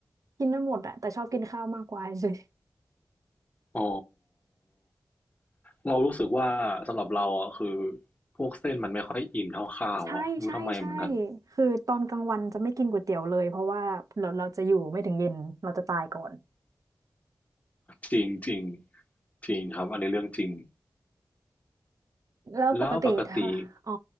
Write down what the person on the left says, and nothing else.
อ๋อเรารู้สึกว่าสำหรับเราอ่ะคือพวกเส้นมันไม่ค่อยอิ่มเท่าข้าวอ่ะไม่รู้ทำไมเหมือนกัน
จริงจริงจริงครับอันนี้เรื่องจริง
แล้วปกติ